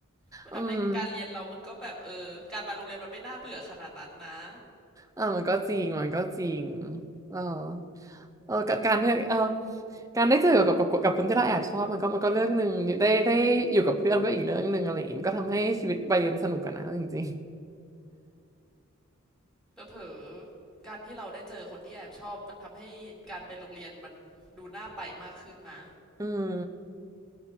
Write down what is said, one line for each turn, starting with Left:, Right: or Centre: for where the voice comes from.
Centre: มันทำให้การเรียนเรามันก็แบบเออการมาโรงเรียนมันไม่น่าเบื่อขนาดนั้นนะ
Right: อืม อ่ามันก็จริงมันก็จริงเออเออการการได้เออการได้เจอกับกับกับคนที่เราแอบชอบมันก็มันก็เรื่องหนึ่งได้ได้อยู่กับเพื่อนก็อีกเรื่องหนึ่งอะไรอย่างงี้มันก็ทำให้ชีวิตวัยเรียนสนุกกันนะจริง
Centre: เผลอๆการที่เราได้เจอคนที่แอบชอบมันทำให้การไปโรงเรียนมันดูน่าไปมากขึ้นนะ
Right: ๆอืม